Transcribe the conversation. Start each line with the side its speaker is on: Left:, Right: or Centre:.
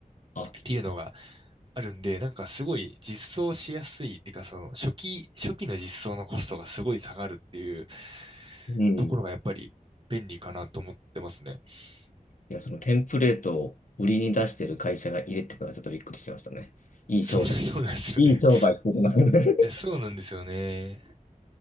Left: あ、
Right: っていうのがあるんで、なんかすごい実装しやすいっていうか、その初期、初期の実装のコストがすごい下がるっていう
Left: うん。
Right: ところがやっぱり便利かなと思ってますね。
Left: い
Right: <laughs>
Left: や、そのテンプレートを売りに出してる会社がいるってことはちょっとびっくりしましたね。いい商売。
Right: そう、そうなんですよね。
Left: いい商売するな。<laughs>
Right: いや、そうなんですよね。